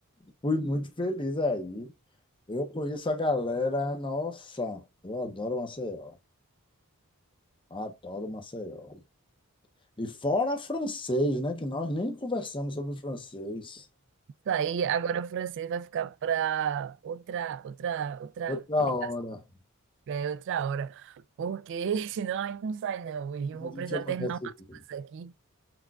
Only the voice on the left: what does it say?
fui muito feliz aí. Eu conheço a galera, nossa, eu adoro Maceió. Adoro Maceió. E fora francês, né? Que nós nem conversamos sobre francês.
Outra
hora.
A
gente
amanhece
aqui.